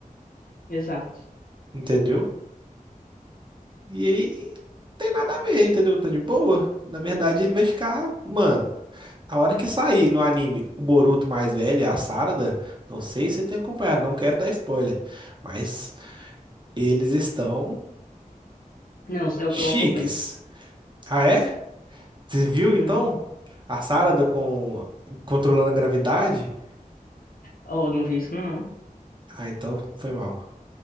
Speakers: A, on the left; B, on the right.
A: Exato.
B: entendeu? E aí, tem nada a ver, entendeu? Tá de boa. Na verdade, ele vai ficar, mano. Na hora que sair no anime o Boruto mais velho, a Sarada, não sei se você tem acompanhado, não quero dar spoiler, mas eles estão
A: Não, eu,
B: chiques.
A: eu acompanho.
B: Ah, é? Você viu
A: Uhum.
B: então a Sarada com controlando a gravidade?
A: Oh, não vi isso, não.
B: Ah, então foi mal.